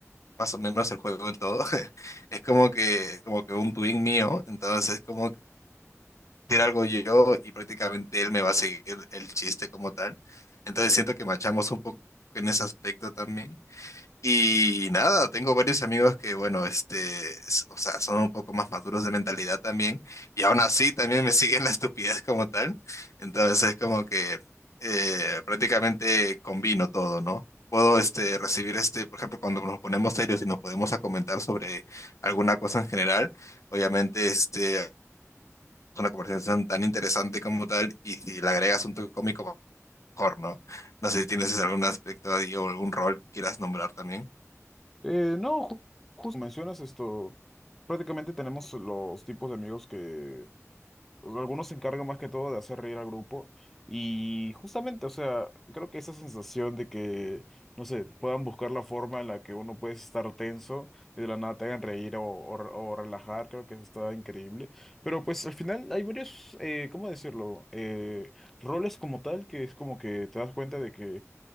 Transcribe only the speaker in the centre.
Eh, no, ju- justo como mencionas esto, prácticamente tenemos los tipos de amigos que o sea, algunos se encargan más que todo de hacer reír al grupo y justamente, o sea, creo que esa sensación de que, no sé, puedan buscar la forma en la que uno puede estar tenso y de la nada te hagan reír o, o re- o relajar, creo que eso está increíble. Pero pues al final hay varios, eh, ¿cómo decirlo? Eh, roles como tal que es como que te das cuenta de que